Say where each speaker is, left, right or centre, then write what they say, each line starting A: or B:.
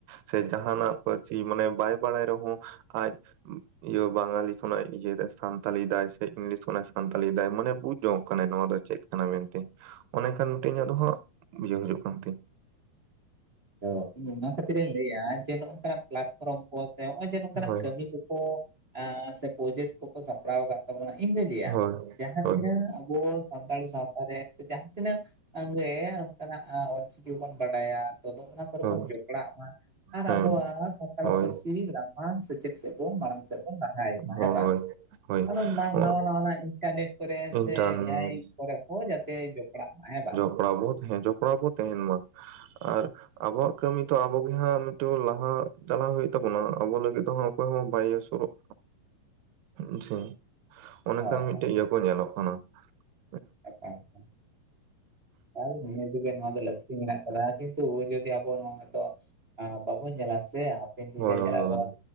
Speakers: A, on the right; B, on the right.
A: ᱥᱮ ᱡᱟᱦᱱᱟᱜ ᱯᱟᱹᱨᱥᱤ ᱢᱟᱱᱮ ᱵᱟᱭ ᱵᱟᱲᱟᱭ ᱨᱮᱦᱚᱸ ᱟᱡ ᱤᱭᱟᱹ ᱵᱟᱝᱟᱞᱤ ᱠᱷᱚᱱᱟᱜ ᱮ ᱤᱭᱟᱹᱭ ᱫᱟ ᱥᱟᱱᱛᱟᱞᱤ ᱫᱟᱭ ᱥᱮ ᱤᱝᱞᱤᱥ ᱠᱷᱚᱱᱟᱜ ᱮ ᱥᱟᱱᱛᱟᱞᱤ ᱫᱟᱭ ᱢᱟᱱᱮ ᱵᱩᱡ ᱡᱚᱝ ᱠᱟᱱᱟᱭ ᱱᱚᱣᱟ ᱫᱚ ᱪᱮᱫ ᱠᱟᱱᱟ ᱢᱮᱱᱛᱮ ᱚᱱᱮ ᱠᱷᱟᱱ ᱢᱤᱫᱴᱤᱝ ᱤᱧᱟᱜ ᱫᱚ ᱦᱟᱸᱜ ᱵᱩᱡᱷᱟᱹᱣ ᱦᱤᱡᱩᱜ ᱠᱟᱱ ᱛᱤᱧ
B: ᱛᱚ ᱤᱧ ᱚᱱᱟ ᱠᱷᱟᱹᱛᱤᱨ ᱤᱧ ᱞᱟᱹᱭᱟ ᱡᱮ ᱱᱚ ᱚᱝᱠᱟᱱᱟᱜ ᱯᱞᱟᱴᱯᱷᱨᱚᱢ ᱠᱚ ᱥᱮ ᱦᱚᱸᱼᱚᱭ ᱡᱮ ᱱᱚᱝᱠᱟᱱᱟᱜ
A: ᱦᱳᱭ
B: ᱠᱟᱹᱢᱤ ᱠᱚ <inaudible> ᱯᱚᱡᱮᱴ ᱠᱚᱠᱚ ᱥᱟᱯᱲᱟᱣ ᱫᱠᱟ ᱛᱟᱵᱚᱱᱟ ᱤᱧ ᱞᱩᱧ ᱞᱟᱹᱭᱟ
A: ᱦᱳᱭ
B: ᱡᱟᱦᱟᱸ
A: ᱦᱳᱭ
B: ᱛᱤᱱᱟᱹᱜ ᱟᱵᱚ ᱥᱟᱱᱛᱟᱲᱤ ᱥᱟᱶ ᱟᱨᱮᱱ ᱥᱮ ᱡᱟᱦᱟᱸ ᱛᱤᱱᱟᱹᱜ ᱟᱝᱜᱮ ᱚᱝᱠᱟᱱᱟᱜ ᱚᱞᱪᱤᱠᱤ ᱵᱚᱱ ᱵᱟᱰᱟᱭᱟ ᱛᱚ ᱱᱚᱜᱼᱚᱱᱟ ᱠᱚᱨᱮ
A: ᱦᱳᱭ
B: ᱵᱚᱱ ᱡᱚᱯᱲᱟᱜ ᱢᱟ ᱟᱨ
A: ᱦᱮᱸ
B: ᱟᱵᱚᱣᱟᱜ ᱥᱟᱱᱛᱟᱲ
A: ᱦᱳᱭ
B: ᱯᱟᱹᱨᱥᱤ ᱢᱟᱲᱟᱝ ᱥᱮᱪᱮᱫ ᱥᱮᱫ ᱵᱚᱱ ᱢᱟᱲᱟᱝ ᱥᱮᱫ ᱵᱚᱱ ᱞᱟᱦᱟᱭ ᱢᱟ
A: ᱦᱳᱭ
B: ᱦᱮᱸ ᱵᱟᱝ
A: ᱦᱳᱭ
B: ᱟᱨᱚ ᱢᱟᱲᱟᱝ
A: ᱦᱳᱭ
B: ᱱᱟᱣᱟ ᱱᱟᱣᱟᱱᱟᱜ ᱤᱧ ᱤᱱᱴᱟᱨᱱᱮᱴ ᱠᱚᱨᱮ
A: ᱤᱱᱴᱟᱨᱱᱮᱴ
B: ᱥᱮ ᱮᱭᱟᱭ ᱠᱚᱨᱮ ᱦᱚᱸ ᱡᱟᱛᱮ ᱡᱚᱯᱲᱟᱜ ᱢᱟ ᱦᱮᱸ ᱵᱟᱝ᱾
A: ᱟᱵᱚ ᱛᱮᱦᱚᱸ ᱡᱚᱯᱲᱟᱣ ᱵᱚᱛ ᱛᱟᱦᱮᱱ ᱢᱟ ᱟᱨ ᱟᱵᱚᱣᱟᱜ ᱠᱟᱢᱤ ᱫᱚ ᱟᱵᱚ ᱜᱮ ᱦᱟᱸᱜ ᱱᱤᱴᱚᱜ ᱞᱟᱦᱟ ᱪᱟᱞᱟᱣ ᱦᱩᱭᱩᱜ ᱛᱟᱵᱚᱱᱟ ᱟᱵᱚ ᱞᱟᱜᱤᱫ ᱫᱚ ᱦᱟᱸᱜ ᱚᱠᱚᱭ ᱦᱚᱸ ᱵᱟᱭ ᱥᱳᱨᱳᱜ <unintelligible> ᱚᱱᱮᱠᱷᱟᱱ
B: ᱦᱳᱭ
A: ᱢᱤᱜᱴᱮᱱ
B: ᱦᱳᱭ
A: ᱤᱭᱟᱹ ᱠᱚ ᱧᱮᱞᱚᱜᱼᱟ ᱾
B: <inaudible> ᱱᱤᱦᱟᱹᱛ ᱜᱮ ᱱᱚᱣᱟ ᱫᱚ ᱞᱟᱠᱛᱤ ᱢᱮᱱᱟᱜ ᱠᱟᱫᱟ ᱠᱤᱱᱛᱩ ᱡᱩᱫᱤ ᱟᱵᱚ ᱱᱚᱣᱟ ᱦᱚᱭᱛᱚ ᱟᱸ ᱵᱟᱵᱚᱱ ᱧᱮᱞᱟ ᱥᱮ ᱦᱟᱯᱮᱱ ᱫᱤᱱ
A: ᱦᱳᱭ
B: ᱨᱮ ᱧᱮᱞᱟᱵᱚᱱ